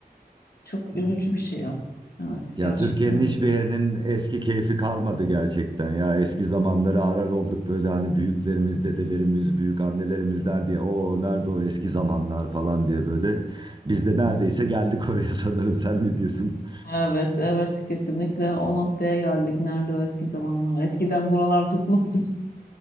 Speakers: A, on the left; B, on the right.
A: Çok
B: Hmm.
A: üzücü bir şey ya. Evet,
B: Ya
A: gerçekten
B: Türkiye'nin
A: üzücü.
B: hiçbir yerinin eski keyfi kalmadı gerçekten ya. Eski zamanları arar olduk böyle hani büyüklerimiz, dedelerimiz, büyük annelerimiz der diye. O nerede o eski zamanlar falan diye böyle. Biz de neredeyse geldik <laughs> oraya sanırım. Sen ne diyorsun?
A: Evet, evet kesinlikle o noktaya geldik. Nerede o eski zamanlar? Eskiden buralar dutluk. <laughs>